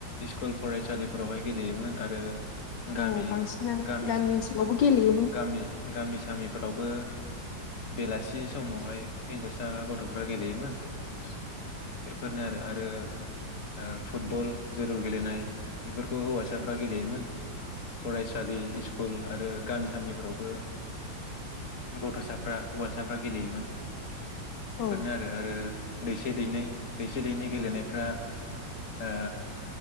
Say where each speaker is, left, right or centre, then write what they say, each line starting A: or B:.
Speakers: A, on the left; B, on the left.
A: इस्कुल फरायसालिफोरावहाय गेलेयोमोन आरो गामि
B: औ बांसिनानो
A: गामि
B: ओनसोलावबो
A: औ
B: गेलेयोमोन
A: गामि गामि गामिफ्रावबो बेलासि समावहाय हिन्जावसा गथ'फ्रा गेलेयोमोन <inaudible> बेफोरनो आरो आरो ओ फुटबल जोलुर गेलेनाय बेफोरखौ हौवासाफ्रा गेलेयोमोन फरायसालि इस्कुल आरो गामि सामिफ्रावबो गथ'साफ्रा हौवासाफ्रा गेलेयोमोन। बेफोरनो
B: औ
A: आरो आरो दैसे दैनै दैसे दैनि गेलेनायफ्रा आ